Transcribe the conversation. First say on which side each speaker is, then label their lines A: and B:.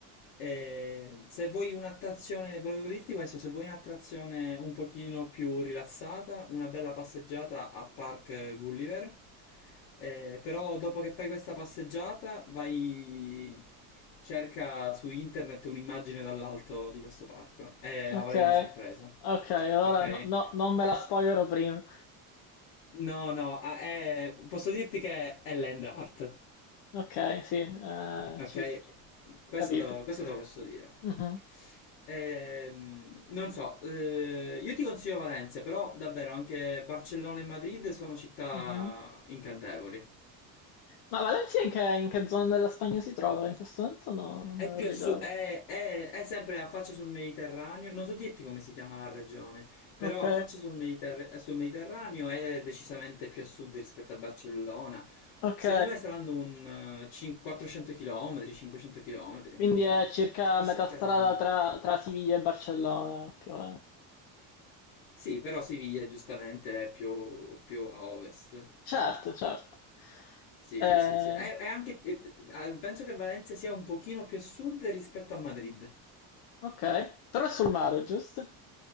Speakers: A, on the left; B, on the left.
A: Eh, se vuoi un'attrazione, volevo dirti questo, se vuoi un'attrazione un pochino più rilassata, una bella passeggiata a Park Gulliver, eh, però dopo che fai questa passeggiata vai, cerca su internet un'immagine dall'alto di questo parco e avrai
B: ok,
A: una sorpresa,
B: ok,
A: ok?
B: ora no- no, non me la spoilerò prima.
A: No, no, ah, è- posso dirti che è land art.
B: Ok, sì, eh,
A: Ok,
B: ci-
A: questo
B: capito.
A: te lo, questo te lo posso dire.
B: Mhm,
A: Ehm, non so, eh, io ti consiglio Valencia, però davvero anche Barcellona e Madrid sono città
B: mhm.
A: incantevoli.
B: Ma Valencia in che, in che zona della Spagna si trova? In questo momento no, non
A: È
B: me lo
A: più
B: ricordo.
A: a su- è, è- è sempre a faccia sul Mediterraneo, non so dirti come si chiama la regione, però
B: Ok,
A: a faccia sul, Mediter- sul Mediterraneo è decisamente più a sud rispetto a Barcellona.
B: ok,
A: Secondo me saranno un eh, cin- 400 km, 500 km,
B: quindi
A: non lo
B: è
A: so,
B: circa
A: forse
B: a metà
A: anche
B: strada
A: meno.
B: tra, tra Siviglia e Barcellona, più o meno.
A: Sì, però Siviglia giustamente è più, più a ovest.
B: Certo, certo.
A: Sì,
B: Eh,
A: sì, sì. È, è anche, è- eh, penso che Valencia sia un pochino più a sud rispetto a Madrid.
B: ok, però è sul mare, giusto?